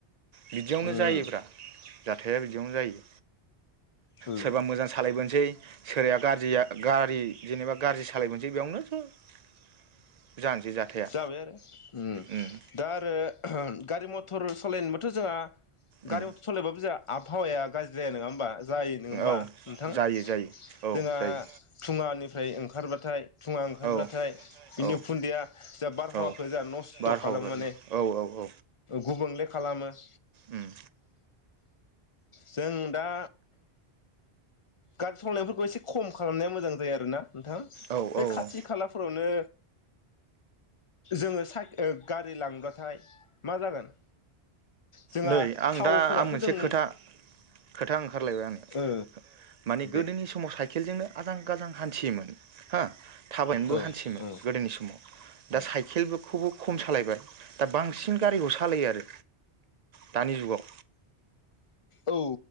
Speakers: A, on the right; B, on the left.
A: बिदियावनो
B: उम
A: जायोब्रा जाथाया बिदियावनो जायो
B: औ
A: सोरबा मोजां सालायबोन सै सोराया गाज्रि आ गारि जेनेबा गाज्रि सालायबोसै बेयावनो ज' जानोसै जाथाया
B: जाबाय आरो ओम
A: उम
B: दा आरो गारि मथर सालायनोब्लाथ' जोंहा
A: उम
B: गारियावथ' सलायबाबो जाया आबहावाया गा जाया नङा हा जायो नङा होमबा
A: औ
B: नोंथां
A: जायो जायो औ
B: जोंहा
A: जायो
B: फुङानि ओमफ्राय ओंखारबाथाय धुंड़ा ओंखारब्लाथाय
A: औ
B: बिनि
A: औ
B: उखुन्दैआ जा बारहावाखौ
A: औ
B: जा नस्थ
A: बारहावा
B: खालामो
A: गाज्रि
B: माने
A: औ औ औ
B: गुबुनले खालामो <inaudible>
A: उम
B: जों दा गारि सलायनायफोरखौ एसे खम खालामनाया मोजां जायो आरोना नोंथां
A: औ
B: बे
A: औ
B: खाथि
A: औ
B: खालाफोरावनो जोङो सा गारि लांबथाय मा जागोन जोंहा
A: नै आं
B: थावफोराथ'
A: दा आं मोनसे
B: जों
A: खोथा खोथा ओंखारलायबाय आंनियाव
B: ओ
A: माने गोदोनि
B: दे
A: समाव साइकेलजोंनो आजां गाजां हान्थियोमोन हो थाबायनोबो
B: औ
A: हान्थियोमोन
B: औ
A: गोदोनि समाव दा
B: औ
A: साइकेलबो खौबो खम सालायबाय दा बांसिन गारिखौ सालायो आरो। दानि जुगाव।
B: औ।